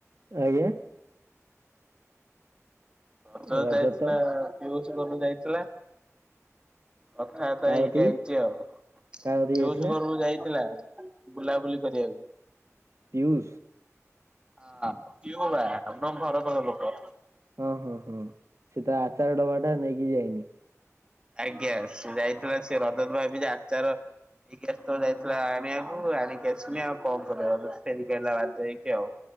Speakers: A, on the right; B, on the right.
A: ଆଜ୍ଞା।
B: ବଜାର
A: ରଜ
B: ଯାଇଥିଲା
A: ତ
B: ଯୋଉ କିଏ ଏବେ ଗୋଟେ ଯାଇଥିଲା ରଥଯାତ୍ରା
A: କାହା
B: ଏଇଟା
A: କତିକି
B: ଏଇ ଆଚି ଆଉ
A: କାହା କତିକି
B: ଯୋଉସଲ
A: ଯାଇଥିଲା
B: ଘରକୁ ଯାଇଥିଲା ବୁଲାବୁଲି କରିବାକୁ।
A: ପିୟୁଷ୍।
B: ହଁ କିଓ ବା ଏକ୍ ଦମ୍ ଭର ଭର ଲୋକ।
A: ହଁ ହଁ ହଁ ସେ ତ ଆଚାର ଡବା ଟା ନେଇକି ଯାଇନି।
B: ଆଜ୍ଞା ସେ ଯାଇଥିଲା ସେ ରଜଦିନ ଭାବି ଯେ ଆଚାର ଏଇ ଗ୍ୟାସ୍ ତ ଯାଇଥିଲା ଆଣିବାକୁ ଆଣିକି ଆସିନି ଆଉ କଣ କରିବା ସେ କହିଲ ବା ହେଇକି ଆଉ।